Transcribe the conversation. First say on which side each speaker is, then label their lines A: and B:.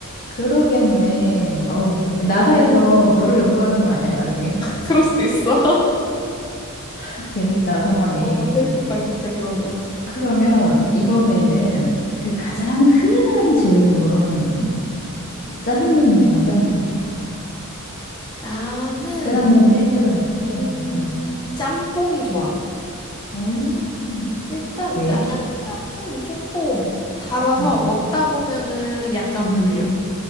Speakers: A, on the left; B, on the left.
A: 그러겠네. 어우,
B: 음.
A: 나사에서 너를 연구하는 거 아니야, 나중에?
B: 그럴 수도 있어. <laughs>
A: <laughs> 재밌다, 상황이.
B: 어, 재밌겠다, 진짜, 그러면.
A: 그러면 이번에는 그 가장 흔한 질문.
B: 음.
A: 짜장면이 좋아, 짬뽕이 좋아.
B: 나는
A: 짜장면 대 짜장, 짬뽕.
B: 음,
A: 응.
B: 짬뽕이 좋아.
A: 음.
B: 일단
A: 왜?
B: 짜장면은 조금 달아서
A: 응.
B: 먹다 보면은 약간
A: 음.
B: 물려.